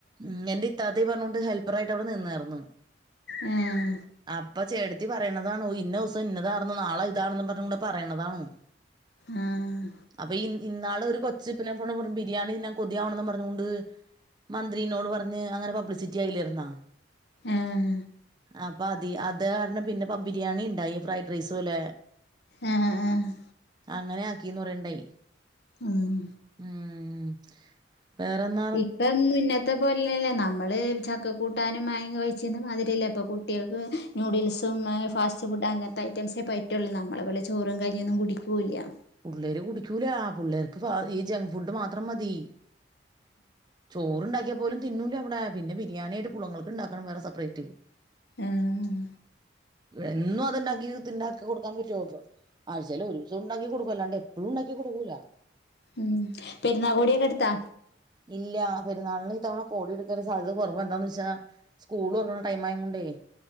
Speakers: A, on the right; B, on the left.
A: ഉം എന്റെ ഇത്താത്തേ പറഞ്ഞകൊണ്ട് ഹെൽപ്പറായിട്ട് അവടെ നിന്നാറ്ന്നു
B: ഉം
A: അപ്പ ചേട്ടത്തി പറയുന്നതാണോ ഇന്ന ദിവസം ഇന്നതാണന്ന നാളെ ഇതാണെന്നും പറഞ്ഞും കൂടെ പറയുന്നതാണ്
B: ആഹ്
A: അപ്പോ ഇ ഇന്നാള് ഒരു കൊച്ച് പിന്നെ ബിരിയാണി ഞാൻ കൊതിയാവണന്ന് പറഞ്ഞോണ്ട് മന്ത്രിനോട് പറഞ്ഞ് അങ്ങനെ പബ്ലിസിറ്റി ആയില്ലേരുന്നാ
B: ഏഹ്
A: അപ്പോ അതി അത് കാരണം പിന്നെ പം ബിരിയാണി ഇണ്ടായി ഫ്രൈഡ് റൈസ് പോലെ
B: ആഹ് ആഹ്
A: അങ്ങനെ ആക്കീന്ന് പറയ്ണ്ടായി
B: ഉം
A: ഉം വേറെന്നാ
B: ഇപ്പം <unintelligible> ത്തെ പോലല്ലേ നമ്മള് ചക്ക കൂട്ടാനും <unintelligible> കഴിച്ചതും മാതിരിയല്ലേ ഇപ്പോ കുട്ടികൾക്ക് നുഡിൽസും ഏഹ് ഫാസ്റ്റ് ഫുഡ് അങ്ങനത്തെ ഐറ്റംസേ പറ്റുള്ളൂ നമ്മളെ പോലെ ചോറും കഞ്ഞിന്നും കുടിക്കൂവില്ല്യ
A: പുള്ളേര് കുടിക്കൂല പുള്ളേർക്ക് ഈ ജങ്ക് ഫുഡ് മാത്രം മതി. ചോറ്ണ്ടാക്കിയ അ പോലും തിന്നൂല അവിടെ. പിന്നെ ബിരിയാണീടെ പുളങ്ങൾക്ക് ഇണ്ടാക്കണം വേറെ സെപ്പറേറ്റ്.
B: ആഹ്
A: എന്നും അത് ഇണ്ടാക്കി ഇത്ണ്ടാക്. കൊടുക്കാൻ പറ്റോ. ആഴ്ചയില് ഒരൂസം ഉണ്ടാക്കി കൊടുക്കു. അല്ലാണ്ട് എപ്പഴും ഇണ്ടാക്കി കൊടുക്കൂല.
B: ഉം പെരുന്നാകോടിയൊക്കെ എടുത്താ.
A: ഇല്ല പെരുന്നാളിന് ഇ തവണ കോടി ഇടുക്കാൻ സാധ്യത കൊറവ എന്താന്ന് വെച്ചാ. സ്കൂൾ തൊറക്ക്ണ ടൈം ആയോണ്ടെ